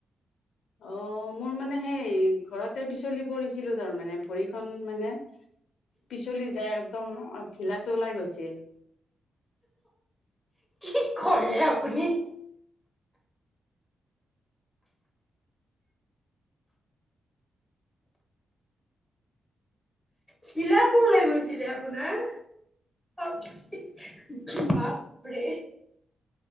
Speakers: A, on the left; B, in the centre.
A: অ', মোৰ মানে সেই ঘৰতে পিছলি পৰিছিলো তাৰমানে ভৰিখন মানে পিছ তোলি যায় একদম অহ ঘিলাটো ওলাই গৈছিল।
B: কি কৰে আপুনি? ঘিলাটো ওলাই গৈছিলে আপোনাৰ? বাপ--বাপৰে